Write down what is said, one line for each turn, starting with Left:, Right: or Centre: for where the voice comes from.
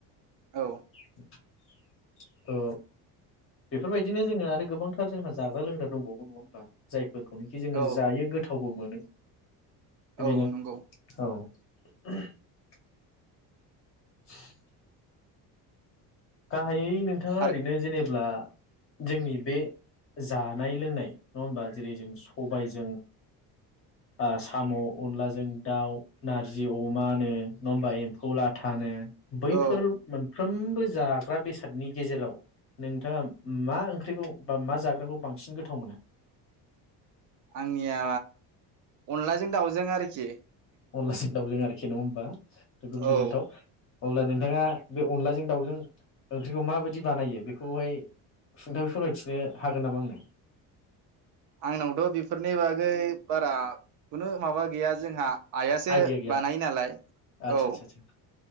Right: औ
Left: <inaudible> ओ बेफोरबाय दिनो जोंहा आरो गोबांथार जोंहा जाग्रा-लोंग्रा दंबावो नंङा होमबा जाय फोरखौनोखि जोंङो
Right: औ
Left: जायो गोथा थावबो मोनो।
Right: औ
Left: बेनो
Right: नंगौ
Left: औ। <inaudible> <inaudible> गाहायै नोंथांआ
Right: थारै
Left: ओरैनो जेनेबब्ला जोंनि बे जानाय लोंनाय नंङा होमबा जेरै जों सबायजों ओ साम' अनलाजों दाउ नारजि अमानो नंङा हबा एम्फौ लाथानो बैफोर
Right: औ
Left: मोन साफ्रोमबो जााग ग्रा बेसादनि गेजेराव नोंथांआ मा ओंख्रिखौ बा मा जाग्राखौ बांसिन गोथाव मोना?
Right: आंनिया अनलाजों दाउजों आरोखि
Left: अनलाजों दावजों आरोखि नंङा होम बा? जोबोद गोजोनथाव।
Right: औ
Left: अब्ला नोंथांआ बे अनलाजों दाउजों ओंख्रिखौ माबायदि बानायो बेखौहाय सुंथाबै फोरमायथिनो हागोन नामा आंनो?
Right: आंनावथ' बेफोरनि बागै बारा खुनु माबा गैया जोंहा आइयासो
Left: आइदिया गैया
Right: बानायो नालाय औ।
Left: आदसा आदसा आदसा